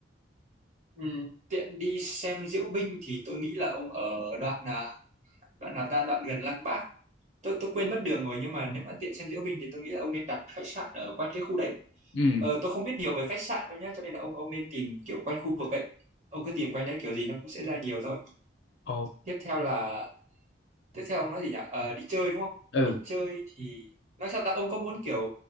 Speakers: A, on the right; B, on the left.
A: Ừm, tiện đi xem diễu binh thì tôi nghĩ là ông ở đoạn à, đoạn nào ta đoạn gần Lăng Bác tôi tôi quên mất đường rồi nhưng mà nếu mà tiện xem diễu binh thì tôi nghĩ là ông nên đặt khách sạn ở quanh cái khu đấy
B: ừ
A: Ờ, tôi không biết nhiều về khách sạn đâu nhá, cho nên là ông ông nên tìm kiểu quanh khu vực ấy. Ông cứ tìm quanh đấy kiểu gì nó cũng sẽ ra nhiều thôi.
B: Ok.
A: Tiếp theo là tiếp theo ông nói gì nhỉ? Ờ, đi chơi đúng không?
B: ừ
A: Đi chơi thì nói sao ta ông có muốn kiểu